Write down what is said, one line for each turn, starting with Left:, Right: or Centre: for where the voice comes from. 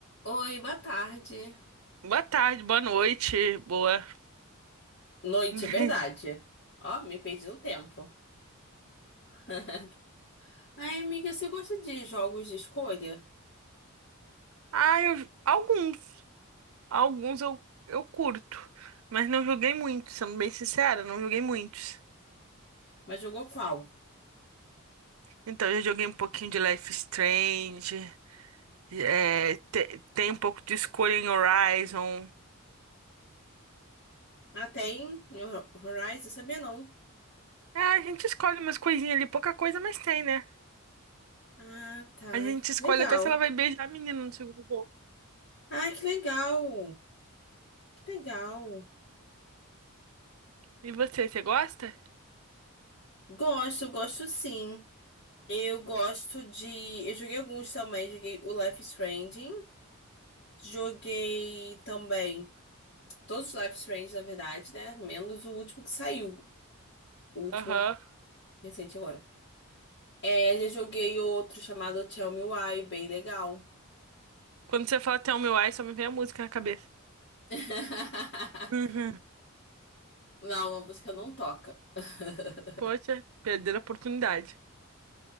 Left: Oi, boa tarde.
Right: Boa tarde, boa noite, boa.
Left: Noite,
Right: <laughs>
Left: é verdade. Ó, me perdi no tempo. <laughs> Ai, amiga, você gosta de jogos de escolha?
Right: Ah, eu... alguns. Alguns eu, eu curto. Mas não joguei muitos, sendo bem sincera, não joguei muitos.
Left: Mas jogou qual?
Right: Então, eu já joguei um pouquinho de Life is Strange. é, te- tem um pouco de escolha em Horizon.
Left: Ah, tem Horizon, sabia não?
Right: É, a gente escolhe umas coisinhas ali, pouca coisa, mas tem, né?
Left: Ah, tá.
Right: A gente escolhe
Left: Legal.
Right: até se ela vai beijar a menina no segundo jogo.
Left: Ah, que legal. Que legal.
Right: E você, você gosta?
Left: Gosto, gosto sim. Eu gosto de. Eu joguei alguns também. Joguei o Life is Strange. Joguei também. Todos os Life is Strange, na verdade, né? Menos o último que saiu. O último
Right: Aham.
Left: recente agora. É, já joguei outro chamado Tell Me Why, bem legal.
Right: Quando você fala Tell Me Why, só me vem a música na cabeça.
Left: <laughs>
Right: Uhum.
Left: Não, a música não toca. <laughs>
Right: Poxa, perder a oportunidade.